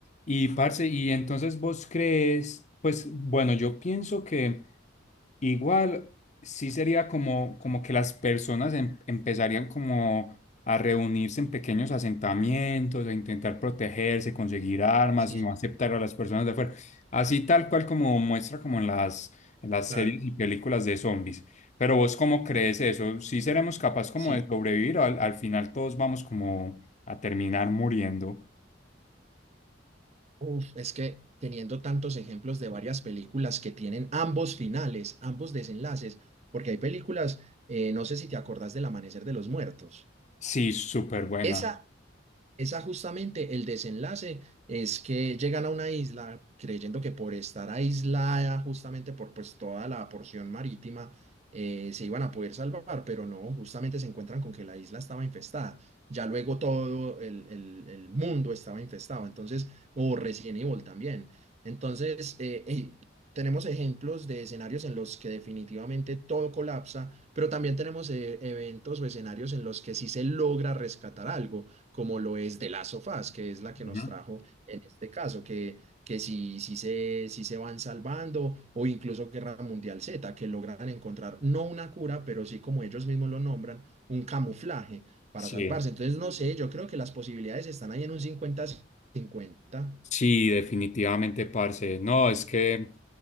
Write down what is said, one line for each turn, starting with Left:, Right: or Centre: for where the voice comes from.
Left: Y parce, y entonces vos crees, pues bueno, yo pienso que igual sí sería como, como que las personas em- empezarían como a reunirse en pequeños asentamientos, a intentar protegerse, conseguir armas,
Right: Sí,
Left: no aceptar a las personas de fuera, así tal cual como muestra como en las, en las
Right: Claro,
Left: series y películas de zombies. Pero vos cómo crees eso? ¿Sí seremos capaz como
Right: sí.
Left: de sobrevivir o al, al final todos vamos como a terminar muriendo?
Right: Uf, es que teniendo tantos ejemplos de varias películas que tienen ambos finales, ambos desenlaces, porque hay películas, eh, no sé si te acordás del Amanecer de los Muertos.
Left: Sí, súper buena.
Right: esa Esa justamente el desenlace es que llegan a una isla creyendo que por estar aislada justamente por pues toda la porción marítima eh, se iban a poder salvar, pero no, justamente se encuentran con que la isla estaba infestada. Ya luego todo el, el- el mundo estaba infestado, entonces, o Resident Evil también. Entonces, eh, eh, tenemos ejemplos de escenarios en los que definitivamente todo colapsa, pero también tenemos eh, eventos o escenarios en los que sí se logra rescatar algo como lo es de las sofás, que es la que
Left: Ujú.
Right: nos trajo en este caso, que, que si, si, se, si se van salvando o incluso Guerra Mundial Z, que logran encontrar no una cura, pero sí como ellos mismos lo nombran, un camuflaje para
Left: Sí.
Right: salvarse. Entonces, no sé, yo creo que las posibilidades están ahí en un cincuenta cincuenta
Left: Sí, definitivamente, parce. No, es que,